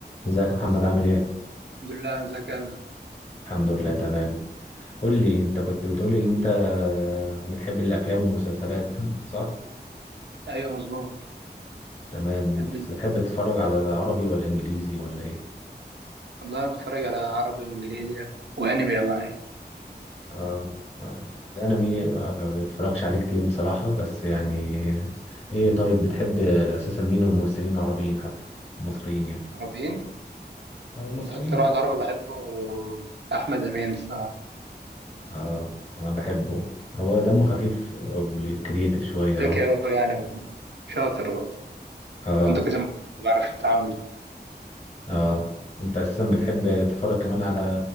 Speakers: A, on the left; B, on the right.
A: ازيك يا محمد
B: ازيك؟
A: عامل ايه؟
B: الحمد لله ازيك يا أزهر؟
A: الحمد لله تمام قول لي انت كنت بتقولي ان انت بتحب الافلام والمسلسلات صح؟
B: ايوه مظبوط
A: تمام
B: بحب
A: بتحب
B: ال-
A: تتفرج على العربي ولا انجليزي ولا ايه؟
B: والله بتفرج على عربي وانجليزي يعني. وانمي لو عايز
A: اه اه الانمي ما ما بتفرجش عليه كتير بصراحة بس يعني ايه طيب بتحب اساسا مين من الممثلين العربيين حتى المصريين يعني
B: عربيين
A: اه المصريين
B: اكتر واحد
A: اه
B: عربي بحبه احمد امين الصراحه
A: اه انا بحبه هو دمه خفيف وكرييتيف شوية
B: ذكي
A: اه
B: قوي يعني شاطر و-
A: اه
B: عنده كذا م- بيعرف يتعامل
A: اه انت اساسا بتحب تتفرج كمان على